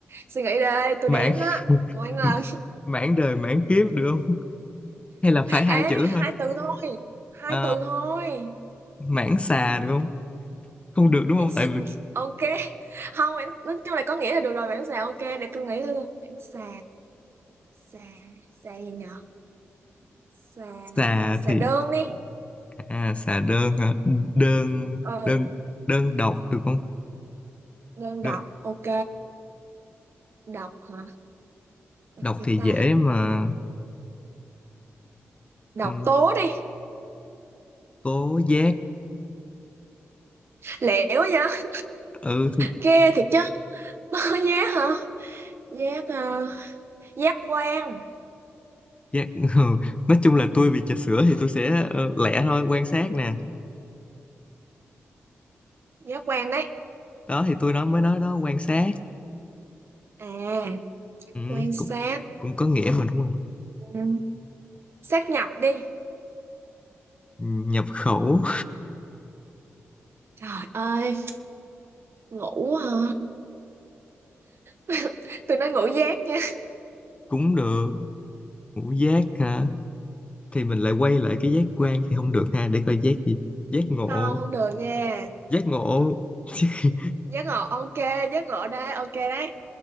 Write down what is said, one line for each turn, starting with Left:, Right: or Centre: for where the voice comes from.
Right: suy nghĩ đây tôi
Left: mãn
Right: đếm á cô anh là
Left: <laughs> mãn đời mãn kiếp được không hay là
Right: <laughs>
Left: phải hai
Right: ế
Left: chữ
Right: hai
Left: thôi
Right: từ thôi hai
Left: Ờ,
Right: từ thôi
Left: mãn xà được không không được đúng không
Right: đáng sợ
Left: tại vì
Right: ok không em- nói chung là có nghĩa là được rồi bạn xà ok để tôi nghĩ thôi bạn xà xà xà gì nhở xà
Left: xà
Right: xà
Left: thì
Right: đơn đi
Left: à xà đơn hả đơn
Right: ừ
Left: đơn đơn độc được không
Right: đơn
Left: đơn,
Right: độc ok độc hả
Left: độc
Right: cái
Left: thì
Right: ta
Left: dễ mà
Right: độc
Left: Ừ,
Right: tố đi
Left: Cố giác
Right: lẻo quá vậy
Left: ừ thì
Right: ghê thiệt chứ nó có giác hả giác ờ, giác quan
Left: giác <laughs> ừ. nói chung là tôi vì trà sữa thì tôi sẽ ờ, lẻ thôi quan sát nè
Right: giác quan đấy
Left: đó thì tôi đó mới nói đó quan sát
Right: à
Left: ừ,
Right: quan sát
Left: cũng cũng có nghĩa mà đúng không
Right: Ừm, sát nhập đi
Left: Ừ, nhập khẩu
Right: trời ơi ngủ hả <laughs> tôi nói ngủ giác nha
Left: <laughs> cũng được ngũ giác hả thì mình lại quay lại cái giác quan thì không được ha để coi giác gì giác ngộ
Right: không không được nha
Left: giác ngộ <laughs>
Right: giác ngộ ok giác ngộ đây ok đấy